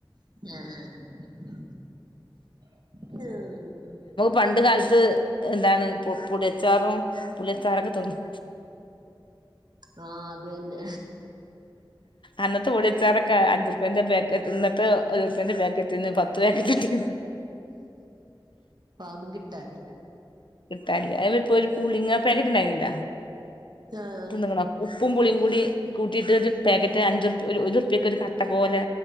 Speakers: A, on the right; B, on the left.
A: ആഹ ആഹ ആഹ
B: പണ്ട കാലത്ത് എന്താണ് പുളിയച്ചാറും പുളിയച്ചാറൊക്കെ തിന്നും
A: ആഹ് അത് തന്നെ
B: അന്നത്ത ടിച്ചാറക്ക അഞ് പ്പ എന്താ പാക്കറ്റ് പത്ത് ഒരുുപ്പന്റെ പാക്കറ്റ നിന്ന് പത്ത് പാക്കറ്റിന്ന്
A: പന്നും കിട്ടാനില്ല
B: തല്ല അ ഇപ്പൊ ഒരു പുളിങ്ങാ പാക്കറ്റ് ഉണ്ടായിുന്നില്ല
A: ആഹ്
B: തന്നങ്ങ ന ഉപ്പും പുളിയും കൂടി കൂട്ടിയിട്ട് ഒരു പാക്കറ്റ് അഞ്ച് ഒരു റുപ്പ്യക്ക്ൊ ഒരു കട്ട പോലെ